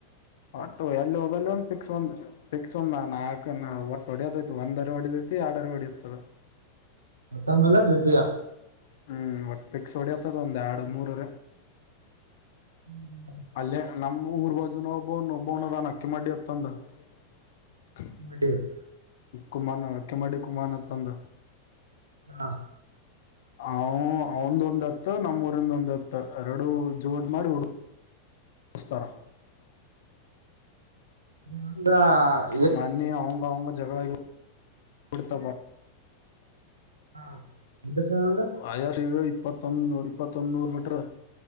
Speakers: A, on the left; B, on the right.
A: ಆಟೋ ಎಲ್ಲೊದಲ್ಲೊಂದ ಪಿಕ್ಸ್ ಒಂದ್ ಪಿಕ್ಸ್ ಒಂದು ನಾಲ್ಕು ನ ಒಟ್ಟ ಹೊಡಿಯೋತೈತಿ ಒಂದರಹೊಡಿತೈತಿ ಎರಡರ ಹೊಡಿಯತದ.
B: ಮತ್ತ ಆದ್ಮೆಲೆ ದ್ವಿತೀಯ
A: ಹ್ಮ್, ಒಟ್ಟ ಪಿಕ್ಸ್ ಹೊಡಿಯತದ ಒಂದ್ ಎರಡ್, ಮೂರ
B: ಹ್ಮ <inaudible>
A: ಅಲ್ಲೇ ನಮ್ಮ್ ಊರ್ ಬಜುನಬ ಒಬೋನದಾನ ಅಕ್ಕಿ ಮಾಡಡಿ ಅತ್ತಂದ <unintelligible>
B: ಮದರ್ <inaudible>
A: ಕುಮಾನ ಕೆ ಮಾಡ <unintelligible> ಡಿ ಕುಮಾರ್ನ್ ತಂದ
B: ಹಾ
A: ಹ, ಅವಂದ ಒಂದ್ ಎತ್ತ ನಮ್ಮೂರಿಂದ ಒಂದ್ ಎತ್ತ ಎರಡು ಜೋಡ್ ಮಾಡಿ ಉಿಸಸ್ತರಾ <unintelligible>
B: ಹದಾ <inaudible>
A: ಮೊನ್ನೆ ಅವಂಗ -ಅವಂಗ ಜಗಳ ಬಿಡ್ತ
B: ಹಾ, ಎದರ್ಶನಂದ
A: ವಾಯರಇಪ್ಪತ್ತೊಂದ್ನೂರ- ಇಪ್ಪತ್ತೊ ನೂರು ಮೀಟ್ರು